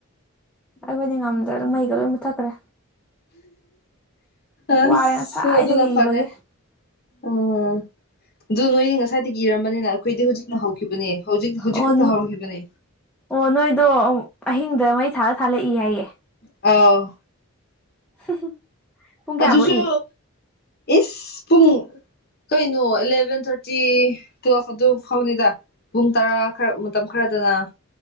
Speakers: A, in the centre; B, on the left.
A: ꯑꯩꯈꯣꯏꯗꯤ ꯉꯝꯗ꯭ꯔꯦ ꯑꯗꯨ ꯃꯩꯒ ꯂꯣꯏ ꯃꯨꯊꯠꯈ꯭ꯔꯦ
B: ꯑꯁ
A: ꯋꯥꯔꯦ ꯉꯁꯥꯏꯗꯒꯤ
B: ꯗꯨꯅ ꯐꯔꯦ
A: ꯏꯕꯒꯤ
B: ꯎꯝ ꯑꯗꯨ ꯅꯣꯏꯗꯤ ꯉꯁꯥꯏꯗꯒꯤ ꯏꯔꯝꯕꯅꯤꯅ ꯑꯩꯈꯣꯏꯗꯤ ꯍꯧꯖꯤꯛꯅ ꯍꯧꯈꯤꯕꯅꯦ ꯍꯧꯖꯤꯛ ꯍꯧꯖꯤꯛ
A: ꯑꯣ
B: ꯈꯛꯇ ꯍꯧꯈꯤꯕꯅꯦ
A: ꯑꯣ ꯅꯣꯏꯗꯣ ꯑꯍꯤꯡꯗ ꯃꯩ ꯊꯥꯜ ꯂ ꯊꯥꯜ ꯂ ꯏ ꯍꯥꯏꯌꯦ
B: ꯑꯥꯎ
A: <unintelligible> ꯄꯨꯡ ꯀꯌꯥꯐꯧ
B: ꯑꯗꯨꯁꯨ
A: ꯏ
B: ꯏꯁ ꯄꯨꯡ ꯀꯩꯅꯣ ꯑꯦꯂꯦꯚꯦꯟ ꯊꯥꯔꯇꯤ ꯇꯨꯋꯦꯜꯐ ꯑꯗꯨ ꯐꯥꯎꯅꯤꯗ ꯄꯨꯡ ꯇꯔꯥ ꯈꯔ ꯃꯇꯝ ꯈꯔꯗꯅ